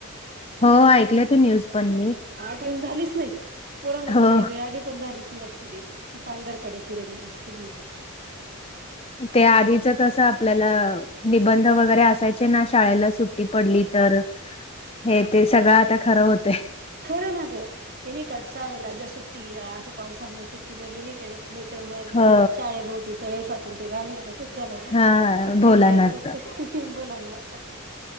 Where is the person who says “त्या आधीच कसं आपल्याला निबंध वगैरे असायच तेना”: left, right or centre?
Left